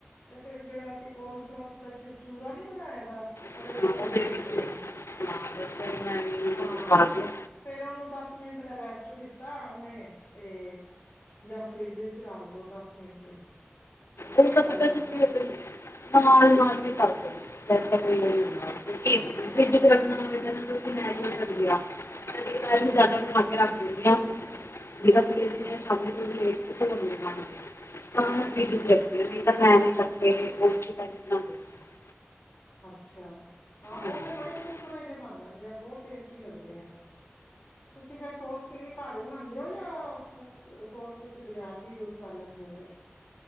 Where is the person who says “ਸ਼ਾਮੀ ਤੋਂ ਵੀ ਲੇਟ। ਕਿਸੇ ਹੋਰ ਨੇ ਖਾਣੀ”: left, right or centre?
Left